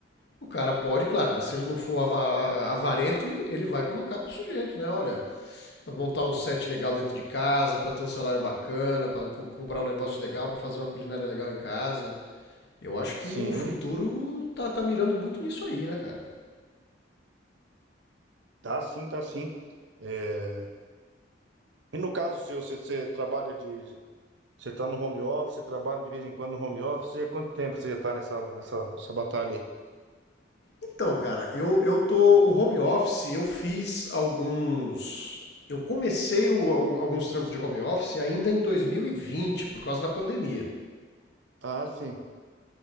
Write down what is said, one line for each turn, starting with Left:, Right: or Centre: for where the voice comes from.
Left: O cara pode, claro, né? Se ele não for ava- a- avarento, ele vai colocar pro sujeito, né? Olha, vai montar um set legal dentro de casa, pra ter um salário bacana, pra com- comprar um negócio legal, pra fazer uma culinária legal em casa. Eu acho que
Right: Sim,
Left: o futuro tá, tá mirando muito nisso aí, né, cara?
Right: tá sim, tá sim. É, E no caso seu, você, você trabalha de. Você tá no home office, você trabalha de vez em quando no home office. E há quanto tempo você já tá nessa, nessa, nessa batalha aí?
Left: Então, cara, eu, eu tô. O home office, eu fiz alguns. Eu comecei o- al- alguns trampos de home office ainda em 2020 por causa da pandemia.
Right: Ah, sim.